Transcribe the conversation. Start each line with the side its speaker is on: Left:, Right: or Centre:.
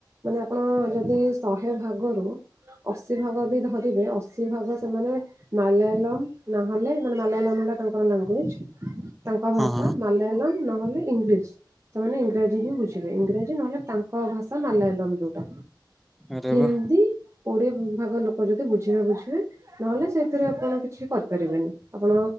Right: ମାନେ ଆପଣ ଯଦି ଶହେ ଭାଗରୁ ଅଶି ଭାଗ ବି ଧରିବେ ଅଶି ଭାଗ ସେମାନେ ମାଲାୟଲମ ନହଲେ ମାନେ ମାଆଲାୟଲମ ହେଲା ତାଙ୍କର ଲାଙ୍ଗୁଏଜ୍ ତାଙ୍କ ଭାଷା
Centre: ହଁ ହଁ
Right: ମାଲୟାଲମ ନହେଲେ ଇଂଲିଶ୍ ସେମାନେ ଇଂରାଜୀ ହିଁ ବୁଝିବେ ଇଂରାଜୀ ନହେଲେ ତା ତାଙ୍କ ଭାଷା ମାଲାୟଲମ ଯୋଉଟା
Centre: ଆରେ
Right: ହିନ୍ଦୀ
Centre: ବା
Right: କୋଡ଼ିଏ ଭାଗ ଲୋକ ଯଦି ବୁଝିବେ ବୁଝିବେ ନହେଲେ ସେଇଥିରେ ଆପଣ କିଛି କରିପାରିବେନି ଆପଣ